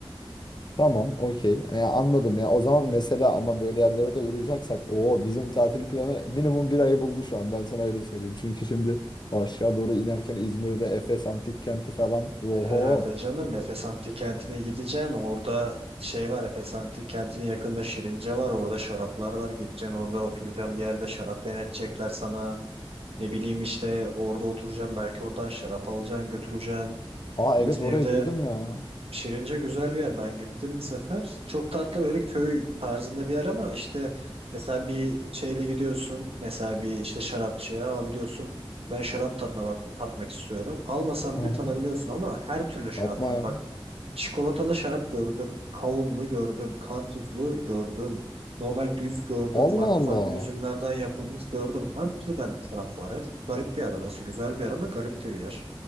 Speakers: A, on the left (about 50°); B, on the right (about 80°).
A: Tamam, okey. E, anladım ya. O zaman mesela ama böyle yerlere de uğrayacaksak o bizim tatil planı minimum bir ayı buldu şu an. Ben sana öyle söyleyeyim. Çünkü şimdi aşağı doğru inerken İzmir'de Efes Antik Kenti falan. Oho.
B: E, Herhalde canım Efes Antik Kenti'ne gideceksin. Orada şey var Efes Antik Kenti'nin yakında Şirince var. Orada şaraplar var. Gideceksin orada oturacaksın bir yerde şarap denetecekler sana. Ne bileyim işte orada oturacağım belki oradan şarap alacaksın götüreceksin.
A: Aa
B: İzmir'de
A: evet orayı duydum ya.
B: Şirince güzel bir yer. Ben gittim bir sefer. Çok tatlı böyle köy tarzında bir yer ama işte mesela bir şeyle gidiyorsun. Mesela bir işte şarapçıya abi diyorsun. Ben şarap tadına bak tatmak istiyorum. Almasam
A: Hı
B: bile
A: hı.
B: tadabiliyorsun ama her türlü şarap
A: Yapma
B: var.
A: ya.
B: Bak çikolatalı şarap gördüm. Kavunlu gördüm. Karpuzlu gördüm. Normal düz gördüm.
A: Allah
B: Farklı
A: Allah.
B: farklı üzümlerden yapılmış gördüm. Her türden şarap var ya. Çok garip bir yer orası. Güzel bir yer ama garip de bir yer.